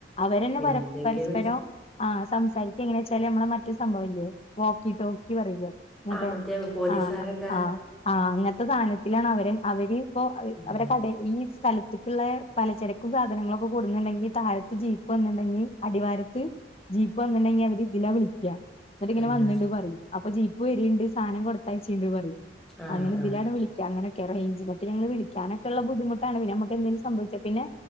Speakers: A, on the left; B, in the centre.
A: അവരന്നെ പര
B: എന്തെങ്കിലും
A: പരസ്പരം ആ സംസാരിരിക്ക എങ്ങനെ വെച്ചാല നമ്മളെ മറ്റു സംഭവമില്ല വോക്കി ടോക്കി പറയില്ലേ ഇങ്ങട്ട്
B: ആ മറ്റേ പോലീസുകാരൊക്കെ
A: ആഹ് ആഹ് ആഹ് അങ്ങനത്തെ സാധനത്തിലാണ് അവര് അവരിപ്പോ
B: ഉം
A: അവരെ കട ഈ സ്ഥലത്തക്കുള്ള പലചരക്കും സാധനങ്ങളൊക്കെ കൊൂടുന്നുണ്ടെങ്കിൽ തഴത്ത് ജീപ്പ് വന്നിട്ടുണ്ടെങ്കിൽ അടിവാരത്ത് ജീപ്പ് വന്നിട്ടണ്ടെങ്കിൽ അവര് ഇതിലാ വിളിക്കുക എന്നിട്ട് ഇങ്ങനെ
B: തന്നെ
A: വന്നിട്ടുണ്ട്ന്ന് പറയും അപ്പൊ ജീപ്പ് വരണ്ട് സാധനം കൊടുത്തയച്ചണ്ട് പറയും
B: ആ
A: അങ്ങനെ
B: ആ
A: ഇതിലാണ് വിളിക്ക അങ്ങനൊക്കെ റേഞ്ജ് ഇല്ല വിളിക്കാനൊക്കെയുള്ള ബുദ്ധിമുട്ടാണ് പിന്നെങ്ങോട്ട എന്തെലും സംഭവിച്ചാ പിന്നെ